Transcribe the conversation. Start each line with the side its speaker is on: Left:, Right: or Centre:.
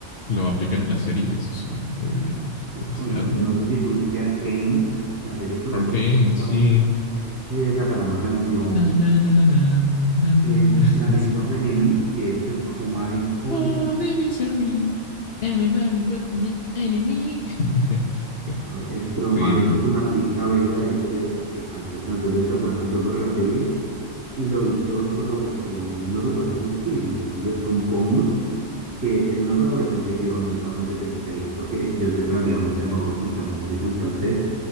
Left: lo aplican en la serie y eso se ve muy bien,
Right: sí.
Left: demasiado.
Right: Oye, yo no sé si tuviste Arcane, la serie, pero
Left: Arcane,
Right: por ejemplo también
Left: sí, sí.
Right: eh, sacaron una canción,
Left: Na, na, na, na, na, na, na, na,
Right: es
Left: na.
Right: Rage
Left: <laughs> Sí.
Right: of Enemy, que es de Stromae con.
Left: Oh, the misery. Everybody was me enemy. <laughs> sí, sí,
Right: a ver, Stromae
Left: sí,
Right: que es un artista belga, de hecho, que, que canta en francés, él sacó una canción para la serie y lo hizo en colaboración, no recuerdo con quién, déjame ver, con POM, que es una colaboración que yo nunca pensé que escucharía porque yo soy relativamente nuevo escuchando música en francés